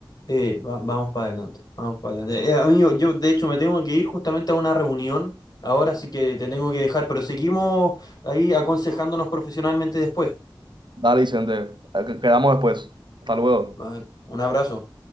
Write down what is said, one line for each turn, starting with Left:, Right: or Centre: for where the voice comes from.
Left: eh, va- vamos para adelante, vamos para adelante. Eh, amigo, yo de hecho me tengo que ir justamente a una reunión ahora, así que te tengo que dejar, pero seguimos ahí aconsejándonos profesionalmente después.
Right: Dale, Vicente. Quedamos después. Hasta luego.
Left: Vale, un abrazo.